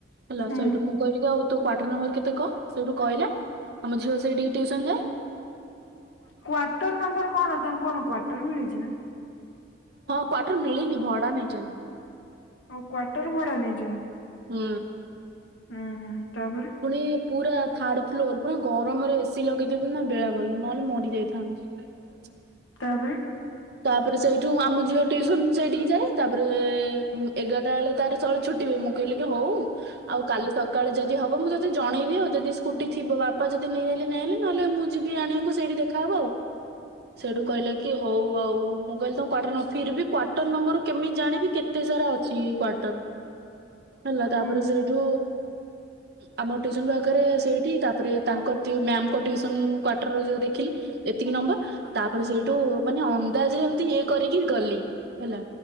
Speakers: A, on the right; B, on the left.
A: ହେଲା
B: ହୁଁ
A: ସେଇଠୁ ମୁଁ କରି ଆଉ ତ କଵଟ ନମ୍ବର କେ କ ସେଇଠୁ କହିଲା ଆମ ଝିଅ ସେଇଠିକ ଟିଉସନ ଦୋଏ।
B: କ୍ଵଟର ନମ୍ବର କଣ ତାଙ୍କୁ କଣ କ୍ଵଟର ମିଳିଛି ନା।
A: ହଁ କ୍୍ୱଟର ମିଳିନି ଭଡା ନେଇଛନ୍ତି।
B: ଆଉ କ୍ଵାର୍ଟର ଭଡା ନେଇଛନ୍ତି।
A: ହୁଁ।
B: ହୁଁ ହୁଁ। ତବ୍ର
A: ପୁଣି ପୁରା ଥାର୍ଡ ଫ୍ଲୋର ପୁରା ଗରମରେ ଏସିି ଲଗେଇଦନ୍ତି ନା ବେଳାବେଲ ନହେଲେ ମରି ଯାଇଥାନ୍ତି।
B: ତାପରେ
A: ତାପରେ ସେଇଠୁ ଆମ ଝିଅ ଟଟିୁସନ ସେଇଠିକି ଯାଏ ତାପରେ ଏଗାରଟା ବେଳେ ତାର ସୁଳେ ଛୁଟିବଏ ମୁଁ କହିଲି ହଉ ଆଉ କାଲି ସ କାଳେ ଯଦି ହବ ମୁଁ ତଦେ ଜଣବି ଆଉଦି ସ୍କୁୁଟି ଥିବ ବାପା ଯଦି ନେଇହଲେ ନଁ ହେଲେ ନହେଲେ ମୁଁ ଯିବି ଆଣିବାକୁ ସେଇଠି ଦେଖାହବ ଆଉ ସେଠୁ
B: ହୁଁ
A: କହିଲା ହଉ ଆଉ ମୁଁ କହିଲି ତଙ୍କ କ୍ୱାର୍ଟର ନମ୍ବର ଫିର ବି କ୍ୱାର୍ଟର ନମ୍ବର କେମିତି ଜାଣିବି କେତେ ସାରା ଅଛି କ୍ଵଟର ହେଲା ତାପରେ
B: ହୁଁ
A: ସେଇଠୁ ଆମ ୁସନ ପାଖରେ ସେଇଠି ତାପରେ ତାଙ୍କ ମ୍ୟାମଙ୍କୁସନ କ୍ାର୍ଟର ଯ ଦେଖିଲି ଏତିକି ନମ୍ବର ତାପରେ ସେଇଠି ଦାହରେ ଏମିତି ଇଏ କରିକି ଗଲି ହେଲା